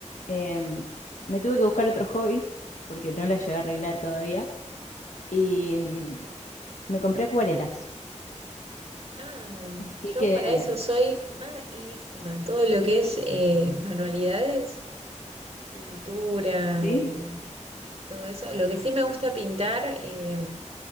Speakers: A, on the left (about 75°); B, on the right (about 55°).
A: Eh, me tuve que buscar otros hobbies porque no las llevé a arreglar todavía. Y mm, me compré acuarelas.
B: Ay,
A: Así
B: yo
A: que,
B: para eso soy malísima. Todo lo que es eh, manualidades, pintura,
A: ¿sí?
B: eh, todo eso. Lo que sí me gusta pintar, eh,